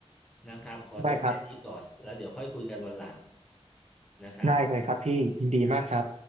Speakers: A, in the centre; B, on the right (about 80°).
A: นะครับขอจบแค่นี้ก่อนแล้วเดี๋ยวค่อยคุยกันวันหลัง
B: ได้ครับ
A: นะครั
B: ได้เลยครับพี่ ยินดีมากครับ
A: บ